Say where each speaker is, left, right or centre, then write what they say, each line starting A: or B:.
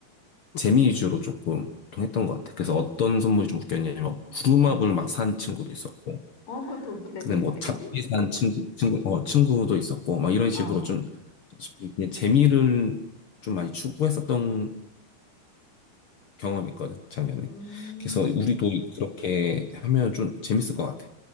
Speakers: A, on the left; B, on the left.
A: 재미 위주로 조금 보통 했던 것 같아. 그래서 어떤 선물이 좀 웃겼냐면 막 부루마블
B: 어.
A: 막 산 친구도 있었고
B: 어, 그것도 웃기다.
A: 근데
B: 재밌다.
A: 뭐 잡지산
B: 그지?
A: 친구, 친구, 어, 친구도 있었고, 막 이런
B: 어.
A: 식으로 좀, 그냥 재미를 좀 많이 추구했었던 경험이 있거든, 작년에.
B: 음.
A: 그래서 우리도 그렇게 하면 좀 재밌을 것 같아.